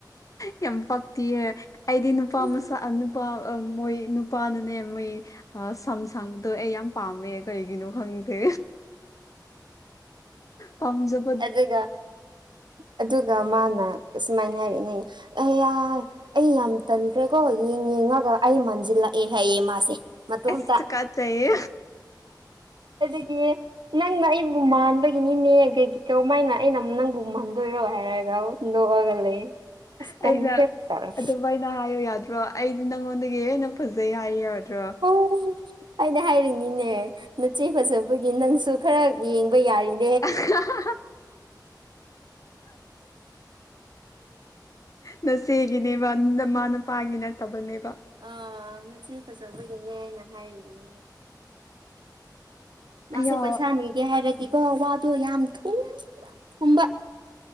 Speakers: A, on the left; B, on the right.
A: ꯌꯥꯝ ꯄꯛꯇꯤꯌ‌ꯦ ꯑꯩꯗꯤ ꯅꯨꯄꯥ
B: ꯎꯝ
A: ꯃꯁꯝ ꯑꯥ ꯅꯨꯄꯥ ꯑꯝ ꯃꯣꯏ ꯅꯨꯄꯥꯅꯅꯦ ꯃꯣꯏ ꯑꯥ ꯁꯝ ꯁꯥꯡꯕꯗꯣ ꯑꯩ ꯌꯥꯝ ꯄꯥꯝꯃꯦ ꯀꯩꯒꯤꯅꯣ ꯈꯪꯗꯦ ꯄꯥꯝꯖꯕꯥ
B: ꯑꯗꯨꯒꯥ ꯑꯗꯨꯒ ꯃꯥꯅ ꯑꯁꯨꯃꯥꯏꯅ ꯍꯥꯏꯕꯅꯦ ꯑꯩ ꯌꯥꯝ ꯑꯩ ꯌꯥꯝ ꯇꯟꯈ꯭ꯔꯦꯀꯣ ꯌꯦꯡ ꯌꯦꯡꯉꯒ ꯑꯩ ꯃꯟꯁꯤꯜꯂꯛꯑꯦ ꯍꯥꯏꯌꯦ ꯃꯥꯁꯦ ꯃꯇꫭꯝꯇꯥ
A: ꯑꯁ ꯇꯨꯀꯠꯆꯩꯌꯦ
B: ꯑꯗꯨꯗꯤ ꯅꯪꯅ ꯑꯩꯕꯨ ꯃꯥꯟꯕꯒꯤꯅꯤꯅꯦ <unintelligible> ꯀꯧ ꯃꯥꯏꯅ ꯑꯩꯅ ꯅꯪꯕꯨ ꯃꯥꯟꯗꯣꯏꯔꯣ ꯍꯥꯏꯔꯒ ꯅꯣꯛꯑꯒ ꯂꯩ ꯑꯁ
A: ꯑꯩꯅ
B: ꯇꯟꯈꯔ‌ꯦ ꯇꯧꯔ‌ꯦ
A: <unintelligible> ꯍꯥꯏꯌꯣ ꯌꯥꯗ꯭ꯔꯣ ꯑꯩꯗꯤ ꯅꯪꯉꯣꯟꯗꯒꯤ ꯍꯦꯟꯅꯥ ꯐꯖꯩ ꯍꯥꯏꯌꯨ ꯌꯥꯗ꯭ꯔꯥ
B: ꯑꯣ <unintelligible> ꯑꯩꯅ ꯍꯥꯏꯔꯤꯉꯤꯅꯦ ꯅꯆꯦ ꯐꯖꯕꯒꯤ ꯅꯪꯁꯨ ꯈꯔ ꯌꯦꯡꯕ ꯌꯥꯔꯤꯅꯤ
A: <unintelligible> ꯅꯆꯦꯒꯤꯅꯦꯕ ꯅꯃꯥ ꯅꯄꯥꯒꯤ ꯅꯠꯇꯕꯅꯦꯕꯥ
B: ꯑꯥ ꯅꯆꯦ ꯐꯖꯕꯒꯤꯅꯦ ꯑꯩꯅ ꯍꯥꯏꯅꯤꯅꯦ ꯃꯥꯁꯦ
A: ꯑꯌꯥ
B: ꯄꯩꯁꯥ ꯅꯤꯒꯦ ꯍꯥꯏꯔꯗꯤꯀꯣ ꯋꯥꯗꯣ ꯌꯥꯝ ꯊꯨꯝꯕ ꯊꯨꯝꯕ